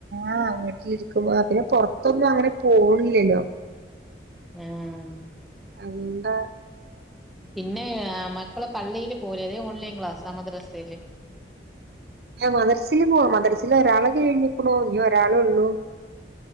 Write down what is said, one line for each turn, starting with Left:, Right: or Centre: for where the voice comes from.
Right: ആഹ് വീട്ടിലിരിക്കുമ്പോ പിന്നെ പുറത്തൊന്നും അങ്ങനെ പോണില്ലല്ലോ.
Centre: ഉം.
Right: അതുകൊണ്ടാ.
Centre: പിന്നെ മക്കള് പള്ളില് പോ യിലെ ഓൺലൈൻ ക്ലാസ് മദ്രസയില്.
Right: മദർസില് പോവും മദർസില് ഒരാളെ കഴിഞ്ഞിക്ണു ഇനി ഒരാളെ ഉള്ളു.